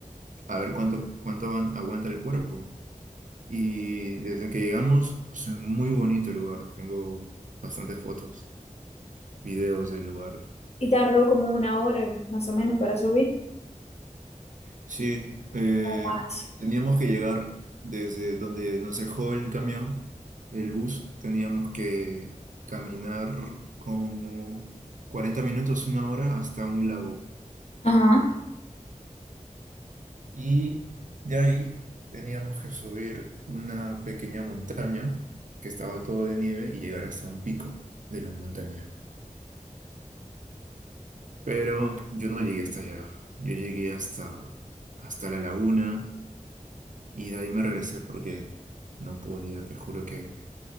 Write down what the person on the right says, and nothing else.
a ver cuánto, cuánto aguan- aguanta el cuerpo. Y desde que llegamos, es un muy bonito el lugar. Tengo bastantes fotos, videos del lugar.
Sí, eh,
teníamos que llegar desde donde nos dejó el camión, el bus. Teníamos que caminar como 40 minutos, una hora, hasta un lago.
Y de ahí teníamos que subir una pequeña montaña que estaba todo de nieve y llegar hasta un pico de la montaña. Pero yo no llegué hasta allá. Yo llegué hasta, hasta la laguna y de ahí me regresé porque no podía, te juro que,